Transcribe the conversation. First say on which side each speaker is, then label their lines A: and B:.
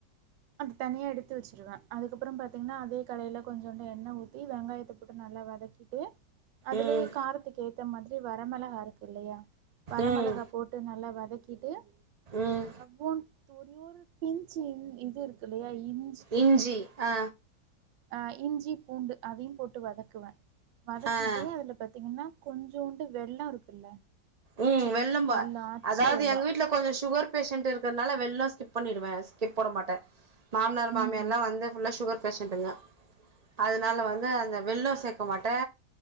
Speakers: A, on the right; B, on the right.
A: அது தனியா எடுத்து வச்சுடுவே அதுக்கப்புறோ பாத்தீங்கன்னா அதே கடாயில கொஞ்சோண்டு எண்ண ஊத்தி வெங்காயத்த போட்டு நல்லா வதக்கி ட்டு அதுலயே
B: ம்
A: காரத்துக்கு ஏத்த மாதிரி வெரமெளகா இருக்குல்லையா வெரமெளகா
B: ம்
A: போட்டு நல்லா வதக்கிட்டு அ
B: ம்
A: ரொம்போவு <unintelligible> பிஞ்சு இஞ் இருக்குல்லையா இஞ்
B: இஞ்சி ஆ
A: அ இஞ்சி பூண்டு அதையும் போட்டு வதக்குவே வதக்கிட்டு
B: ஆ
A: அதுல பாத்தீங்ன்னா கொஞ்சோண்டு வெல்லோ இருக்குல்ல
B: ம் வெல்லம்பா
A: வெல்லம் ஆச்சி
B: அதாவ்து
A: வெல்லம்
B: எங்க வீட்ல கொஞ்சோ சுகர் பேஷண்ட் இருக்கறனால வெல்லொ ஸ்கிப் பண்ணிடுவே ஸ்கிப் போட மாட்டே மாமனார் மாமியார்ல்லா
A: ம்
B: வந்து ஃபுல்லா சுகர் பேஷன்ட்டுங்க அதனால வந்து அந்த வெல்லோ சேக்க மாட்டே